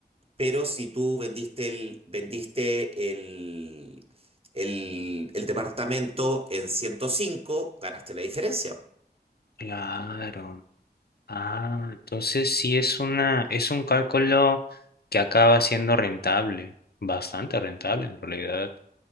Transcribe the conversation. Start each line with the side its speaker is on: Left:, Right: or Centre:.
Right: pero si tú vendiste el, vendiste el, el, el departamento en 105 ganaste la diferencia.
Left: claro. Ah, entonces sí es una, es un cálculo que acaba siendo rentable, bastante rentable en realidad.